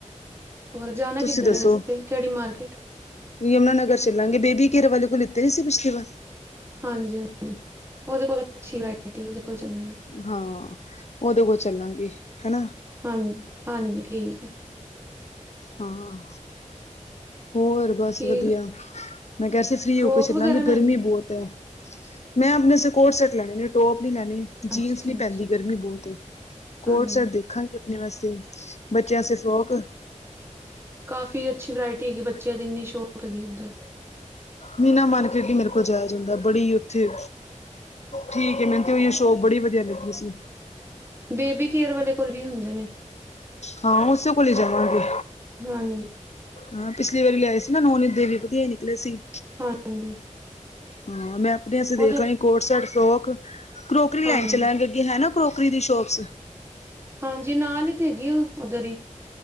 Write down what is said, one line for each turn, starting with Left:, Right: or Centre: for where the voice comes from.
Right: ਹੋਰ ਜਾਣਾ
Left: ਤੁਸੀਂ
Right: ਕਿੱਧਰ
Left: ਦੱਸੋ?
Right: ਹੈ ਵੈਸੇ ਕਿਹੜੀ ਮਾਰਕੀਟ
Left: ਯਮੁਨਾਨਗਰ ਚੱਲਾਂਗੇ ਬੇਬੀ ਕੇਅਰ ਵਾਲੇ ਕੋਲ ਲਿੱਤੇ ਨਈ ਸੀ ਪਿਛਲੀ ਵਾਰ।
Right: ਹਾਂਜੀ ਹਾਂਜੀ ਉਹਦੇ ਕੋਲ ਇੱਕ ਅੱਛੀ ਵਰਾਇਟੀ ਉਹਦੇ ਕੋਲ ਜਾਣੇ ਹਾਂ।
Left: ਹਾਂ ਉਦੇ ਕੋੋਲ ਚੱਲਾਂਗੇ ਹਨਾ।
Right: ਹਾਂਜੀ ਹਾਂਜੀ ਠੀਕ ਏ।
Left: ਹਾਂ <unintelligible> ਹੋਰ। ਬਸ
Right: ਕੀ
Left: ਵਧੀਆ ਮੈਂ ਕਿਹਾ ਸੀ ਫ੍ਰੀ
Right: ਫਰੋਕ
Left: ਹੋ ਕੇ ਚੱਲਾਂਗੇ
Right: ਵਗੈਰਾ ਲੈਣੀ
Left: ਗਰਮੀ ਬਹੁਤ ਏ। ਹੈ। ਮੈਂ ਆਪਣੇ ਸੇ ਕੋਟ ਸੈਟ ਲੈਣੇ ਨੇ ਟੋਪ ਨੀ ਲੈਣੀ।
Right: ਆ
Left: ਜੀਨਸ
Right: ਅੱਛਾ
Left: ਨੀਂ
Right: ਅੱਛਾ
Left: ਪੈਂਦੀ ਗਰਮੀ ਬੋਤ ਏ। ਕੋੜ
Right: ਹਾਂਜੀ
Left: ਸੇਟ ਦੇਖਾਂਗੇ ਅਪਨੇ ਵਾਸਤੇ, ਬੱਚੇਆਂ ਵਾਸਤੇ ਫ੍ਰੋਕ।
Right: ਕਾਫੀ ਅੱਛੀ ਵਰਾਇਟੀ ਹੈਗੀ, ਬੱਚੇਆਂ ਦੀ ਇੰਨੀ ਸ਼ੋਪ ਹੈਗੀ ਓਦਰ।
Left: ਮੀਨਾ ਮਾਰਕੀਟ ਨੀ ਮੇਰ ਕੋਲ ਜਾਏਆ ਜਾਂਦਾ ਬੜੀ ਓਥੇ ਠੀਕ ਏ, ਮੈਨੂੰ ਤੇ ਓਈ ਓ ਸ਼ੋਪ ਬੜੀ ਵਦੀਆ ਲੱਗੀ ਸੀ।
Right: ਬੇਬੀ ਕੇਅਰ ਵਾਲੇ ਕੋਲ ਵੀ ਹੂੰਦੇ ਨੇ।
Left: ਹਾਂ, ਓਸੇ ਕੋਲੇ ਈ ਜਾਵਾਂਗੇ।
Right: ਹਾਂਜੀ।
Left: ਹਾਂ ਪਿਛਲੀ ਵਾਰੀ ਲਿਆਏ ਸੀ ਨਾ, ਨੋਨੀ ਦੇ ਵੀ ਵਦੀਆ ਏ ਨਿਕਲੇ ਸੀ।
Right: ਹਾਂਜੀ।
Left: ਹਾਂ, ਮੈਂ ਆਪਨੇ ਆਸੇ ਦੇਖ
Right: ਉਹਦੇ
Left: ਲਾਂਗੀ ਕੋੜ ਸੇਟ ਫ੍ਰੋਕ, ਕਰੋਕਰੀ
Right: ਹਾਂਜੀ,
Left: ਲੈਨ ਚਲਾਂਗੇ ਹੈ ਨਾ ਕਰੋਕਰੀ ਦੀ ਸ਼ੋਪਸ।
Right: ਹਾਂਜੀ, ਨਾਲ ਈ ਤੇ ਹੈਗੀ ਏ ਊ ਓਦਰ ਈ।